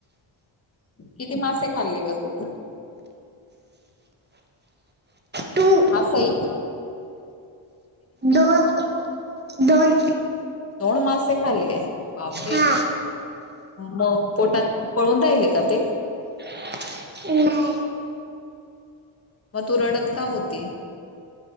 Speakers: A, on the left; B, on the right.
A: किती मासे खाल्ले ग तू
B: टू
A: असही
B: दोन दोन
A: दड मासे खाल्ले बाप रे
B: हा
A: मग पोटात पळून राहिले का ते
B: ह
A: मग तू रडत का होती